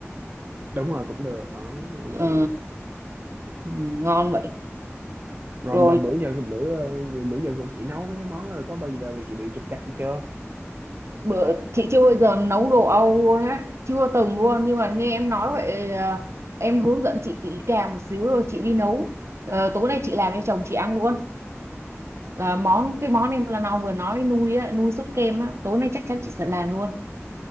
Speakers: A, on the right; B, on the right.
A: đúng rồi cũng được ở
B: ờ
A: rồi,
B: ừ, ngon vậy
A: rồi
B: rồi
A: mà bữa giờ bữa ờ, bữa giờ còn chị nấu mấy cái món đó rồi có bao giờ mà chị bị trục trặc gì chưa
B: bữa chị chưa bao giờ nấu đồ Âu luôn á chưa từng luôn nhưng mà nghe em nói vậy à, em hướng dẫn chị kỹ càng một xíu rồi chị đi nấu Ờ, tối nay chị làm cho chồng chị ăn luôn là món
A: à,
B: cái món em là nó vừa nói nuôi á nuôi sốt kem á tối nay chắc chắn chị sẽ làm luôn